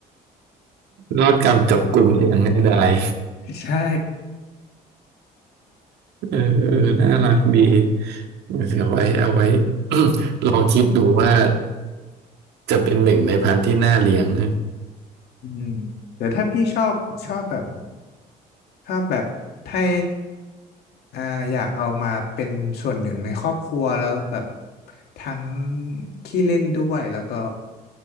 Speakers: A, on the right; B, on the left.
A: รอดกรรมจับกลุ่มได้อย่างง่ายดาย
B: <laughs> ใช่
A: เออเออน่ารักดีเดี๋ยวไว้เอาไว้ <coughs> ลองคิดดูว่าจะเป็นหนึ่งในพันธุ์ที่น่าเลี้ยงนะ
B: อืมเดี๋ยวถ้าพี่ชอบชอบแบบชอบแบบให้อ่าอยากเอามาเป็นส่วนหนึ่งในครอบครัวแล้วแบบทั้งขี้เล่นด้วยแล้วก็